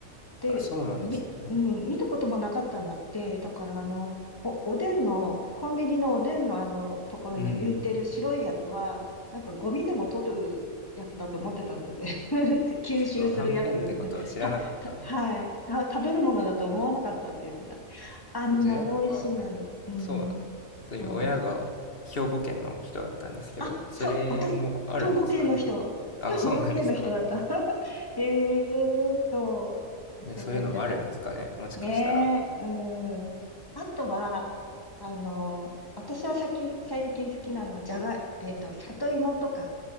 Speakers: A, on the left; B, on the left.
A: で、
B: あ、そうなんですね。
A: み、うん、見たこともなかったんだって、だからあの、お、おでんの、コンビニのおでんのあの、ところに浮いてる白いやつは、
B: うん。
A: なんかゴミでも取るやつだと思ってたんだって。<laughs> 吸収するやつ。
B: うはんぺんってことは知らなかった。
A: <laughs> た、た、はい。た、食べるものだと思わなかったって言ってた。あんなに美味しいのに。
B: えじゃあやっぱ、
A: うん。
B: そう、そういう親が兵庫県の人だったんですけど、
A: そう。あ、
B: それもあるんですかね。
A: そう、私、兵庫県の人。
B: あ、
A: 兵庫県の人だった。
B: そうなんですか。
A: <laughs> ええそう。言ってた、
B: じゃあそういうのもあるんですかね。
A: 言ってた。
B: もしかしたら。
A: ねえ、うん。あとは、あの、私は最近、最近好きなのは、じゃがい、えっと、里芋とか、